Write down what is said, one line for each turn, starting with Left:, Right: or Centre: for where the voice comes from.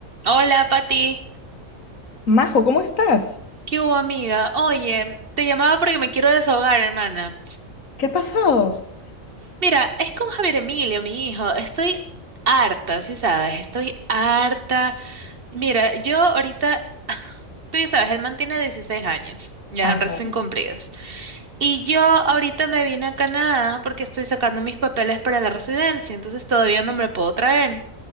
Right: Hola, Pati.
Left: Majo, ¿cómo estás?
Right: ¿Qué hubo, amiga? Oye, te llamaba porque me quiero desahogar, hermana.
Left: ¿Qué ha pasado?
Right: Mira, es con Javier Emilio, mi hijo. Estoy harta, sí sabes, estoy harta. Mira, yo ahorita, <laughs> <sighs> tú ya sabes, el man tiene 16 años, ya
Left: Ajá,
Right: recién cumplidos. Y yo ahorita me vine a Canadá porque estoy sacando mis papeles para la residencia, entonces todavía no me lo puedo traer.